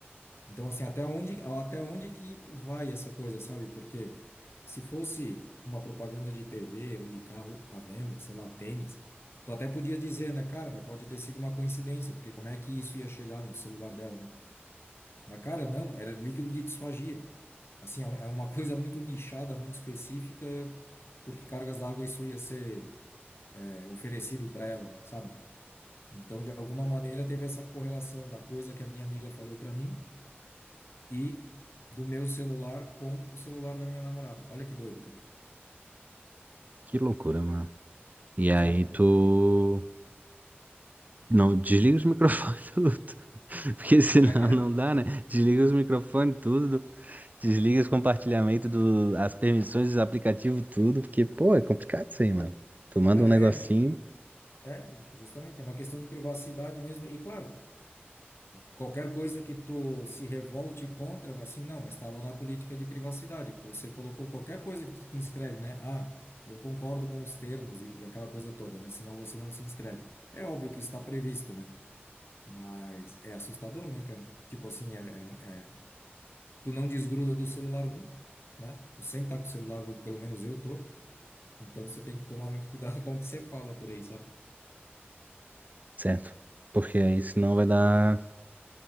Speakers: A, on the left (about 75°); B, on the right (about 40°).
A: Então, assim, até onde, até onde que vai essa coisa, sabe? Porque se fosse uma propaganda de TV ou de carro à venda, sei lá, tênis, tu até podia dizer, né, cara, mas pode ter sido uma coincidência, porque como é que isso ia chegar no celular dela, né? Mas, cara, não, era líquido de disfagia. Assim, é um- é uma <laughs> coisa muito nichada, muito específica, porque cargas d'água isso ia ser é, oferecido para ela, sabe? Então, de alguma maneira, teve essa correlação da coisa que a minha amiga falou para mim e do meu celular com o celular da minha namorada. Olha que doido, cara.
B: Que loucura, mano. E
A: Sabe?
B: aí tu. Não, desliga os microfones <laughs> tudo. Porque senão
A: Como é que é?
B: não dá, né? Desliga os microfones tudo. Desliga os compartilhamentos, do, as permissões dos aplicativos, tudo. Porque, pô, é complicado isso aí, mano. Tu manda
A: Cara,
B: um negocinho,
A: é, mu- é, justamente, é uma questão de privacidade mesmo. E claro, qualquer coisa que tu se revolte contra, vai assim, não, mas estava na política de privacidade. Você colocou qualquer coisa que tu te inscreve, né? Ah, eu concordo com os termos e, e aquela coisa toda, né? Senão você não se inscreve. É óbvio que está previsto, né? Mas é assustador, né, cara? Tipo assim, é, é- é- tu não desgruda do celular nunca, né? Tu sempre tá com o celular, grudo, pelo menos eu tô. Então você tem que tomar muito cuidado <laughs> com o que você fala por aí, sabe?
B: certo? Porque aí senão vai dar.